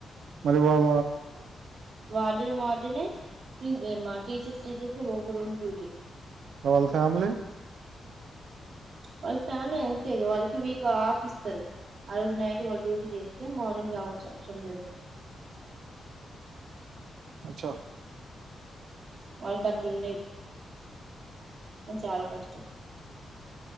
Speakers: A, on the right (about 80°); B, on the right (about 55°).
A: మరి వాళ
B: వార్డన్ వాార్డనే మా టీచర్స్ టీచస్ ఒక్క రోజు డుటీ
A: వాళ్ళ ఫ్యామిలీ
B: వాళ్ళ ఫ్యామిలీ అంతే వాళ్ళకి వీక్ ఆఫీ ఇస్తారు, ఆ రోజు నైట్ వాళ్ళు డ్యూటీ చేస్తే మార్నింగ్ రావాల్సిన అవసరం లేదు.
A: అచ్చా
B: వాళ్ళ కట్ ఉన్నా అ చాలా కష్టం